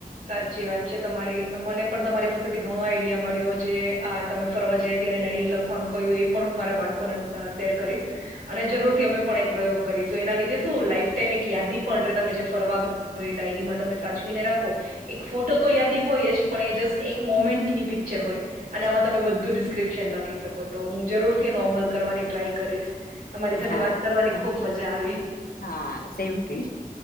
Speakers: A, on the right; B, on the left.
A: સાચી વાત છે, તમારી મને પણ તમારી પાસેથી ઘણો આઈડિયા મળ્યો જે આ તમે ફરવા જાય ત્યારે ડાયરી લખવાનું, કહ્યું એ પણ હું મારા બાળકોને શેર કરીશ અને જરૂર થી અમે પણ એ પ્રયોગ કરીશું એના લીધે શું લાઈફ ટાઈમ એક યાદી પણ ર તમે જે ફરવા તો એ ડાયરીમાં તમે સાચવીને રાખો એક ફોટો તો યાદી હોય જ પણ એ જસ્ટ એક મોમેન્ટની પિક્ચર હોય. અને આમાં તમે બધું ડિસ્ક્રિપ્શન લખી શકો તો હું જરૂરથી નોર્મલ કરવાની ટ્રાય કરીશ તમારી સાથે
B: હાા
A: વાત કરવાની ખૂબ મજા આવી
B: હા સેમ ટ